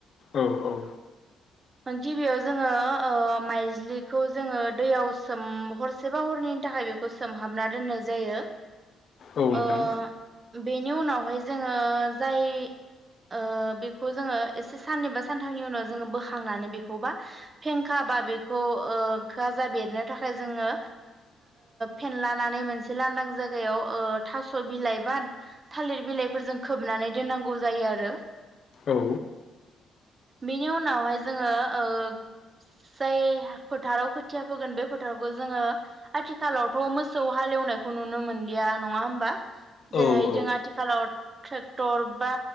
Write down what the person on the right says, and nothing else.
गिबियाव जोङो ओ माइ बिजलिखौ जोङो दैयाव सोम हरसेबा हरनैनि थाखाय बेखौ सोमहाबना दोननाय जायो।
ओ बेनि उनावहाय जोङो जाय ओ बेखौ जोङो एसे साननैबा सानथामनि उनाव जोङो बोखांनानै बेखौबा फेंखा बा बे खो ओ जा बेरनो थाखाय जोङो फेनलानानै मोनसे लांदां जाय हायाव ओ थास बिलाइ बा थालिर बिलाइफोरजों खोबनानै दोननांगौ जायो आरो।
बेनि उनावहाय जोङो औ जाय फोथाराव खोथिया फोगोन बे फोथारावखौ जोङो आथिखालावथ मोसौ हालेवनायखौ नुनो मोन इण्डिया नङा होमबा जेरैहाय
जों आथिखालाव ट्रेक्टर बा